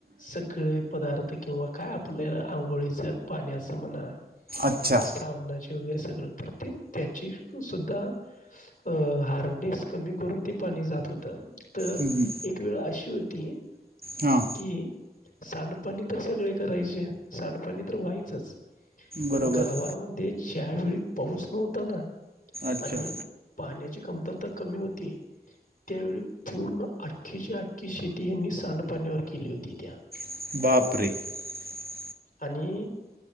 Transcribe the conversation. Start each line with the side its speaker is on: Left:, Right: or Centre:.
Left: सगळे पदार्थ किंवा काय आपल्याला. आंघोळीच पाण्याचं म्हणा
Right: अच्छा
Left: साबणाचे वगैरे सगळं तर ते. त्याची सुद्धा अ हार्डनेस कमी करून ते पाणी जात होतं. तर
Right: हम्म,
Left: एक वेळ अशी होती
Right: हां
Left: की. सांडपाणी तर सगळे करायचे सांडपाणी तर व्हायचंच.
Right: बरोबर
Left: गावामध्ये ज्या वेळी पाऊस नव्हता ना.
Right: अच्छा
Left: आणि पाण्याची कमतरता कमी होती. त्यावेळी पूर्ण अख्ख्याची आख्खी शेती यांनी सांडपाण्यावर केली होती त्या.
Right: <inaudible>
Left: आणि